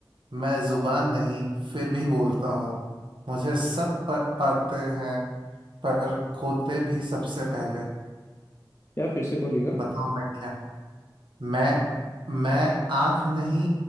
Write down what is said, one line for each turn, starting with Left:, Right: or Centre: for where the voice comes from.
Right: मैं जुबान नहीं फिर भी बोलता हूँ मुझे सब प- पाते हैं पर खोते भी सबसे पहले
Left: यार फिर से बोलिएगा
Right: बताओ मैं क्या हूँ मैं मैं आंख नहीं